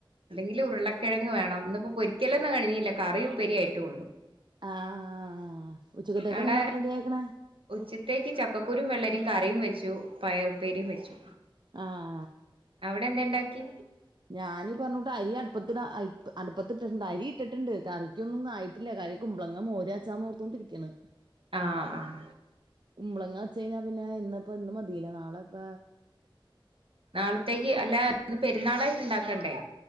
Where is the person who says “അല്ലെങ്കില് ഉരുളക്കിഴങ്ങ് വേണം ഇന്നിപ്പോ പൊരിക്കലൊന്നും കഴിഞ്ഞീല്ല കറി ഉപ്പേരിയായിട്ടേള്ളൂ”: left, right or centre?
Right